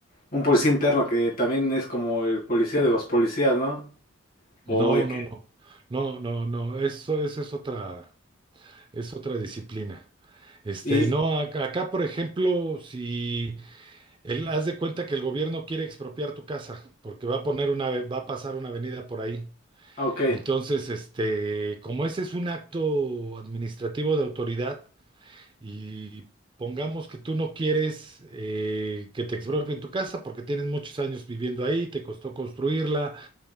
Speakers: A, on the left; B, on the right.
A: un policía interno que también es como el policía de los policías, ¿no?
B: No,
A: O el
B: no,
A: que-
B: no. No, no, no. Eso, esa es otra, es otra disciplina. Este,
A: y,
B: no, ac- acá, por ejemplo, si él haz de cuenta que el gobierno quiere expropiar tu casa, porque va a poner una, ave- va a pasar una avenida por ahí.
A: Ok,
B: Entonces, este, como ese es un acto administrativo de autoridad, y pongamos que tú no quieres eh, que te expropien tu casa porque tienes muchos años viviendo ahí, te costó construirla